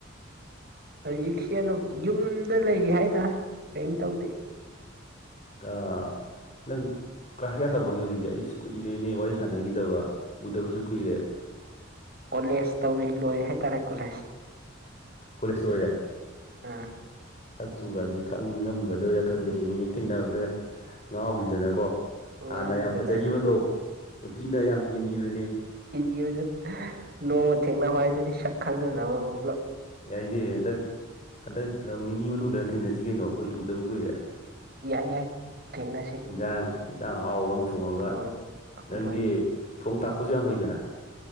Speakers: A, on the right; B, on the left.
A: ꯍꯧꯖꯤꯛꯁꯤ ꯑꯗꯨꯝ ꯌꯨꯝꯗ ꯂꯩꯔꯤ ꯍꯥꯏꯇꯥꯔꯦ ꯀꯩꯝ ꯇꯧꯗꯦ
B: ꯑꯥ ꯅꯪ ꯀ꯭ꯂꯥꯁ ꯀꯌꯥ ꯇꯝꯃꯒꯦ ꯍꯧꯖꯤꯛꯁꯦ ꯑꯩ ꯏꯁ ꯀꯨꯏꯔꯩꯅꯦ ꯋꯥꯔꯤ ꯁꯥꯟꯅꯈꯤꯗꯕ ꯎꯗꯕꯖꯨ ꯀꯨꯏꯔꯦ
A: ꯀꯣꯂꯦꯖ ꯇꯧꯔꯤ ꯂꯣꯏꯔꯦ ꯍꯥꯏꯇꯥꯔꯦ ꯀꯣꯂꯦꯖ
B: ꯀꯣꯂꯦꯖ ꯂꯣꯏꯔꯦ
A: ꯑꯥ
B: ꯆꯨꯒꯥꯖꯦ ꯈꯪ ꯉꯝꯒꯗ꯭ꯔꯒ ꯈꯪꯗꯦ ꯍꯌꯦꯡ ꯍꯦꯛ ꯊꯦꯡꯅꯕꯗ ꯉꯥꯎꯒꯤꯗꯅꯀꯣ
A: ꯑꯉꯥꯡꯁꯤꯗꯅ
B: ꯍꯥꯟꯅ ꯌꯥꯝ ꯐꯖꯒꯤꯕꯗꯣ ꯅꯨꯄꯤꯅ ꯌꯥꯝ ꯀꯦꯟꯒꯤꯕꯅꯦ
A: ꯆꯤꯅꯤ ꯑꯣꯏꯗꯣꯔꯣ ꯅꯣꯡꯃ ꯊꯦꯡꯅꯕ ꯍꯏꯗꯨꯅꯤ ꯁꯛ ꯈꯪꯅꯅꯕ ꯃꯨꯛ ꯄꯦꯂꯞ
B: ꯌꯥꯏꯅꯦ ꯍꯟꯗꯛ ꯍꯟꯗꯛ ꯅꯣꯡ ꯅꯤꯅꯤ ꯃꯅꯨꯡꯗ ꯊꯦꯡꯅꯖꯤ ꯀꯩꯅꯣ ꯈꯣꯏ ꯎꯗꯕ ꯀꯨꯏꯔꯦ
A: ꯌꯥꯏ ꯌꯥꯏ ꯊꯦꯡꯅꯁꯤ
B: ꯏꯟꯖꯥꯡ ꯏꯟꯖꯥꯡ ꯑꯍꯥꯎꯕꯃ ꯊꯣꯡꯉꯒ
A: ꯍꯣꯏ
B: ꯅꯪꯗꯤ
A: ꯍꯣꯏ
B: ꯊꯣꯡ ꯊꯥꯛꯄꯖꯨ ꯌꯥꯝ ꯍꯩꯗꯅꯥ